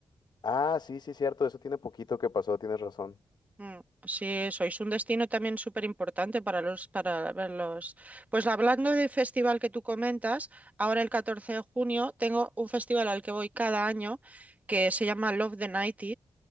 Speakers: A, on the left; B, on the right.
A: Ah, sí, sí, cierto, eso tiene poquito que pasó, tienes razón.
B: Mm, sí, sois un destino también súper importante para los, para ver los. Pues hablando del festival que tú comentas, ahora el 14 de junio tengo un festival al que voy cada año que se llama Love the 90